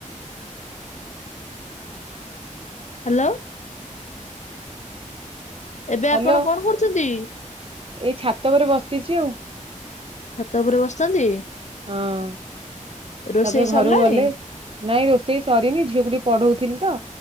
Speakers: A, on the left; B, on the right.
A: ହ୍ୟାଲୋ। ଏବେ
B: ହ୍ୟାଲୋ
A: ଆପଣ କଣ କରୁଛନ୍ତି?
B: ଏଇ ଛାତ ଉପରେ ବସିଛି ଆଉ।
A: ଛାତ ଉପରେ ବସିଛନ୍ତି।
B: ହଁ
A: ରୋଷେଇ
B: ତାପରେ
A: ସରିଲାଣି?
B: ଘରକୁ ଗଲେ। ନାଇଁ ରୋଷେଇ ସରିନି ଝିଅକୁ ଟିକେ ପଢଉଥିଲି ତ